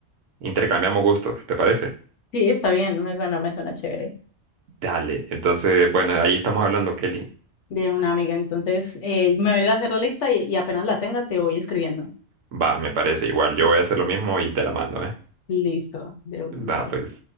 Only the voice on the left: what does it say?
Sí, está bien, me suena, me suena chévere.
De una amiga, entonces eh, me voy a ir a hacer la lista y, y apenas la tenga te voy escribiendo.
Listo, de una, me
parece.